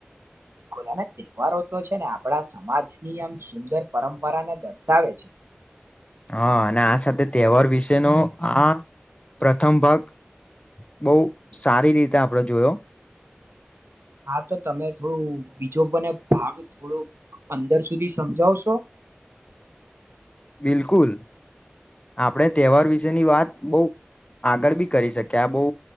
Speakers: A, on the right (about 75°); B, on the left (about 30°).
A: ખલાના તહેવારો તો છે ને આપણા સમાજની આમ સુંદર પરંપરાને દર્શાવે છે.
B: હ હા અને આ સાથે તહેવાર વિશેનો આ પ્રથમ ભાગ બહુ સારી રીતે આપણે જોયો.
A: હા તો તમે થોડું બીજો બને ભાગ થોડો અંદર સુધી સમજાવશો.
B: બિલકુલ આપડે તહેવાર વિશેની વાત બહ આગળ બી કરી શકે આ બહુ